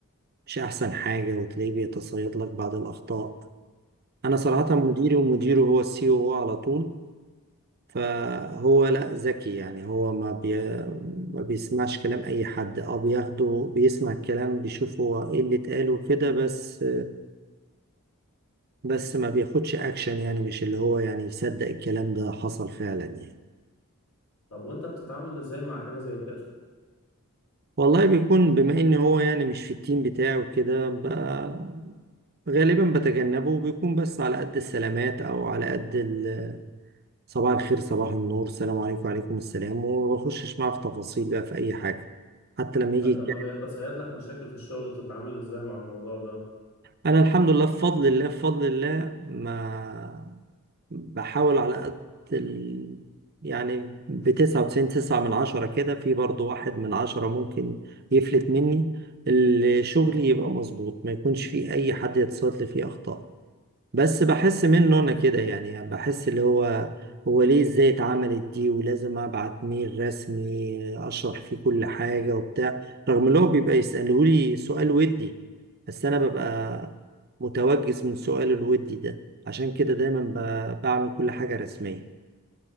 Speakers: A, on the right; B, on the left.
A: مش أحسن حاجة وتلاقيه بيتصيد لك بعض الأخطاء أنا صراحة
B: تمام
A: مديري ومديره هو السي او على طول فهو لا ذكي يعني هو ما بي... ما بيسمعش كلام أي حد أو بياخده بيسمع الكلام بيشوف هو إيه اللي اتقال وكده بس بس ما بياخدش أكشن يعني مش اللي هو يعني يصدق الكلام ده حصل فعلا يعني
B: طب وأنت بتتعامل إزاي مع حاجة زي كده؟
A: والله بيكون بما ان هو يعني مش في التيم بتاعه وكده ب- غالبا بتجنبه وبيكون بس على قد السلامات او على قد ال- صباح الخير صباح النور السلام عليكم وعليكم السلام وما بخشش معاه في تفاصيل بقى في اي حاجه حتى لما يجي
B: طب لما بيتصيد لك مشاكل في الشغل بتتعامل إزاي مع الموضوع ده؟
A: انا الحمد لله بفضل الله بفضل الله ما بحاول على قد ال... يعني بتسعة وتسعين تسعة من عشرة كده في برضو واحد من عشرة ممكن يفلت مني اللي شغلي يبقى مظبوط ما يكونش فيه اي حد يتصادف لي فيه اخطاء بس بحس منه انا كده يعني بحس اللي هو هو ليه ازاي اتعملت دي ولازم ابعت ميل رسمي اشرح فيه كل حاجة وبتاع رغم اللي هو بيبقى يسألهولي سؤال ودي بس انا ببقى متوجس من سؤال الودي ده عشان كده دايما ب- بعمل كل حاجة رسمية